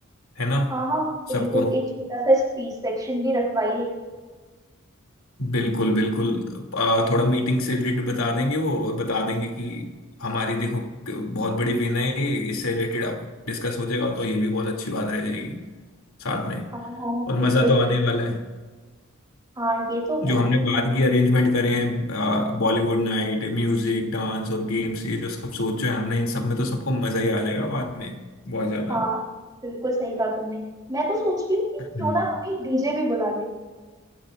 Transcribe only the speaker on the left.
है ना
सबको
बिल्कुल बिल्कुल आ, थोड़ा मीटिंग से रिलेटेड बता देंगे वो और बता देंगे कि हमारी देखो क- बहुत बड़ी विन है ये, इससे रिलेटेड आप डिस्कस हो जाएगा तो ये भी बहुत अच्छी बात रह जाएगी साथ में
और
मज़ा तो
आने वाला है
जो हमने बाद की अरेंजमेंट करे हैं बॉलीवुड नाइट म्यूजिक डांस और गेम्स ये जो सब सोचे हैं हमने इन सब में तो सबको मज़ा ही आ जाएगा बाद में बहुत ज़्यादा
हम्म।